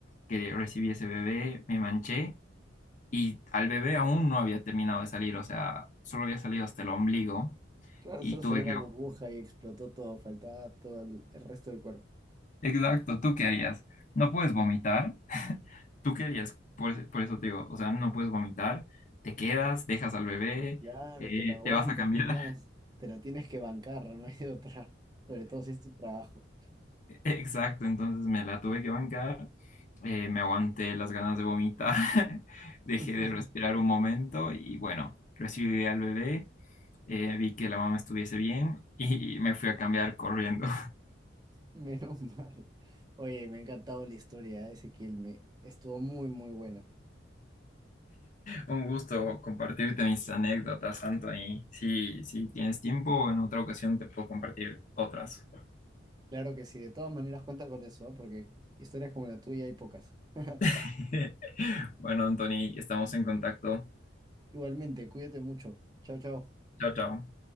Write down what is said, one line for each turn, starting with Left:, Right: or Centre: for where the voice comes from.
Left: que recibí ese bebé, me manché y al bebé aún no había terminado de salir, o sea, solo había salido hasta el ombligo
Right: Claro,
Left: y
Right: solo
Left: tuve
Right: salió la
Left: que
Right: burbuja y explotó todo. Faltaba todo el, el resto del cuerpo.
Left: Exacto, ¿tú qué harías? No puedes vomitar. <laughs> ¿Tú qué harías? Por, ese- por eso te digo, o sea, no puedes vomitar, te quedas, dejas al bebé,
Right: Claro,
Left: eh,
Right: te la aguantas
Left: te vas a cambiar.
Right: nomás. Te la tienes que bancar, no hay de otra. Sobre todo si es tu trabajo.
Left: <laughs> Exacto, entonces me la tuve que bancar, eh, me aguanté las ganas de vomitar, <laughs> dejé
Right: <laughs>
Left: de respirar un momento y bueno, recibí al bebé, eh, vi que la mamá estuviese bien y me fui a cambiar corriendo.
Right: Menos mal. Oye, me ha encantado la historia, ¿eh? Ezequiel. Me estuvo muy, muy buena.
Left: Un gusto compartirte mis anécdotas, Anthony. Si, si tienes tiempo, en otra ocasión te puedo compartir otras.
Right: Claro que sí, de todas maneras cuenta con eso, ¿ah? Porque historias como la tuya hay pocas. <laughs>
Left: <laughs> Bueno, Anthony, estamos en contacto.
Right: Igualmente, cuídate mucho. Chao, chao.
Left: Chao, chao.